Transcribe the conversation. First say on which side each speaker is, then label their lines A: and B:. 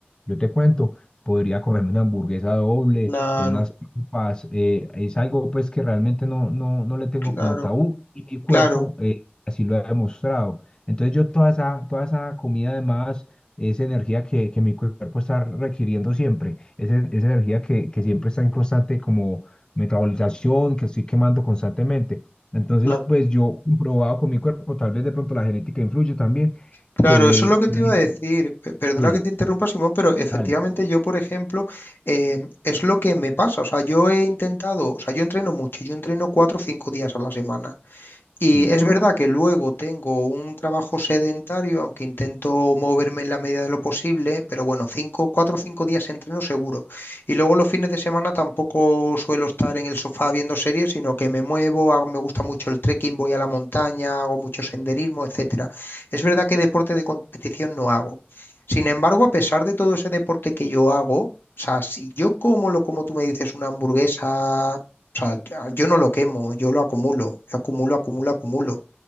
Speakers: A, on the left; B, on the left.
A: yo te cuento podría comerme una hamburguesa doble
B: claro,
A: o unas papas. eh, es algo pues que realmente no, no, no le tengo
B: claro,
A: como tabú y mi cuerpo
B: claro,
A: eh, así lo ha demostrado. Entonces yo toda esa, toda esa comida además, esa energía que, que mi cuerpo está requiriendo siempre, esa, esa energía que, que siempre está en constante como metabolización, que estoy quemando constantemente. Entonces,
B: claro.
A: pues yo he comprobado con mi cuerpo, tal vez de pronto la genética influye también,
B: Claro,
A: que,
B: eso es lo que
A: que-
B: te iba a decir. Pe- Perdona
A: sí,
B: que te interrumpa, Simón, pero efectivamente
A: dale,
B: yo, por ejemplo, eh, es lo que me pasa. O sea, yo he intentado, o sea, yo entreno mucho, yo entreno cuatro o cinco días a la semana. Y
A: sí,
B: es verdad que luego tengo un trabajo sedentario, aunque intento moverme en la medida de lo posible, pero bueno, cinco, cuatro o cinco días entreno seguro. Y luego los fines de semana tampoco suelo estar en el sofá viendo series, sino que me muevo, hago- me gusta mucho el trekking, voy a la montaña, hago mucho senderismo, etcétera. Es verdad que deporte de competición no hago. Sin embargo, a pesar de todo ese deporte que yo hago, o sea, si yo como lo como tú me dices, una hamburguesa o sea, ya- yo no lo quemo, yo lo acumulo, yo acumulo, acumulo, acumulo.